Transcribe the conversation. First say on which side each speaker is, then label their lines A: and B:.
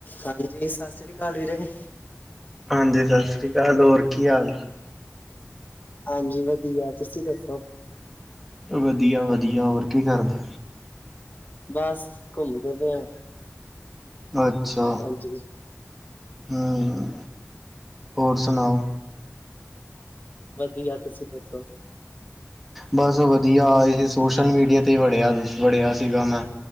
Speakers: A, on the left; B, in the centre.
A: ਹਾਂਜੀ, ਸਤਿ ਸ੍ਰੀ ਅਕਾਲ ਵੀਰੇ।
B: ਹਾਂਜੀ, ਸਤਿ ਸ਼੍ਰੀ ਅਕਾਲ ਹੋਰ ਕੀ ਹਾਲ।
A: ਹਾਂਜੀ, ਵਧੀਆ ਤੁਸੀਂ ਦੱਸੋ।
B: ਵਧੀਆ ਵਧੀਆ, ਹੋਰ ਕੀ ਕਰਦੇ।
A: ਬਸ, ਘੁੰਮਦੇ ਪਏ ਆਂ।
B: ਅੱਛਾ
A: ਜੀ
B: ਹਾਂ, ਹੋਰ ਸੁਣਾਓ
A: ਵਧੀਆ, ਤੁਸੀਂ ਦੱਸੋ।
B: ਬਸ ਔ ਵਧੀਆ, ਇਹ ਸੋਸ਼ਲ ਮੀਡੀਆ ਤੇ ਵੜਿਆ ਵੜਿਆ ਸੀਗਾ ਮੈਂ।